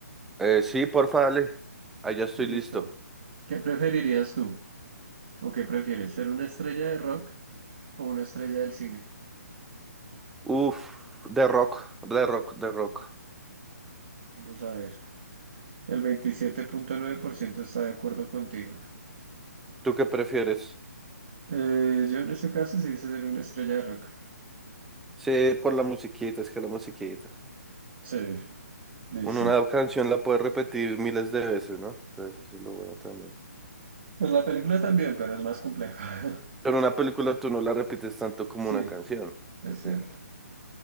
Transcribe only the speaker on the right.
Listo.
¿Qué preferirías tú? ¿O qué prefieres, ser una estrella de rock o una estrella del cine?
Vamos a ver. El veintisiete punto nueve por ciento está de acuerdo contigo.
Eh, yo en ese caso sí hice ser una estrella de rock.
Sí, listo.
Pues la película también, pero es más compleja. <laughs>
Sí,
es cierto.